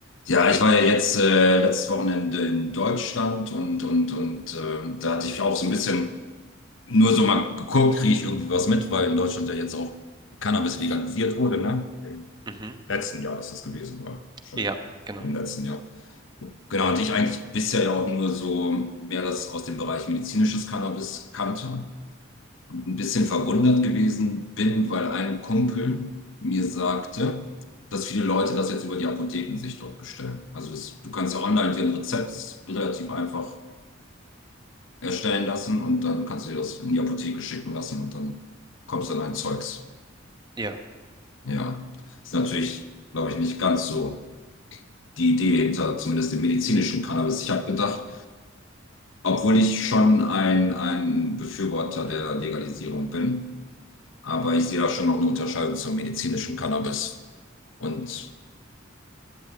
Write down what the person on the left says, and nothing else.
Ja, ich war ja jetzt äh, letztes Wochenende in Deutschland und und und ähm, da hatte ich auch so ein bisschen nur so mal geguckt, kriege ich irgendwie was mit, weil in Deutschland ja jetzt auch Cannabis legalisiert wurde, ne? Im
letzten Jahr ist das gewesen, oder? Schon
im letzten Jahr. Genau, und ich eigentlich bisher ja auch nur so mehr das aus dem Bereich medizinisches Cannabis kannte und ein bisschen verwundert gewesen bin, weil ein Kumpel mir sagte, dass viele Leute das jetzt über die Apotheken sich dort bestellen. Also es, du kannst ja online dir ein Rezept relativ einfach erstellen lassen und dann kannst du dir das in die Apotheke schicken lassen und dann kommst dann ein Zeugs.
Ja, ist natürlich, glaube ich, nicht ganz so die Idee hinter zumindest dem medizinischen Cannabis. Ich habe gedacht, obwohl ich schon ein, ein Befürworter der Legalisierung bin, Aber ich sehe da schon noch eine Unterscheidung zum medizinischen Cannabis. Und